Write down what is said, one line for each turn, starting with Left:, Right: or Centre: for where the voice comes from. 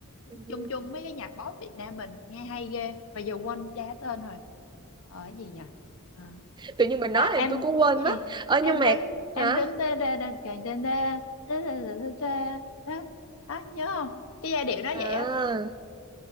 Right: Ừ.
Left: chung chung mấy cái nhạc pop Việt Nam mình nghe hay ghê mà giờ quên cha tên rồi ở gì nhỉ à,
Right: tự nhiên mình
Left: à,
Right: nói là
Left: em
Right: tôi cũng quên
Left: cái
Right: mất
Left: gì
Right: ờ
Left: em
Right: nhưng mà
Left: đứng em
Right: hả
Left: đứng da da da càng da da da da da da da đó Đó, nhớ không cái giai điệu nó
Right: à
Left: vậy á